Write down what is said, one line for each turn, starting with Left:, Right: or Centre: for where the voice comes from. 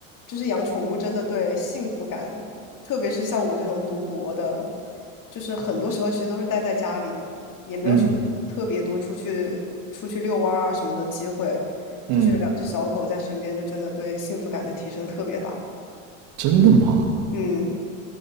Left: 就是养宠物真的对幸福感，特别是像我这种读博的，就是很多时候其实都是待在家里的，也没有什么特别多出去出去遛弯儿啊什么的机会，
Right: 嗯嗯，
Left: 就是有两只小狗在身边，就真的对幸福感的提升特别大。
Right: 真的吗？
Left: 嗯，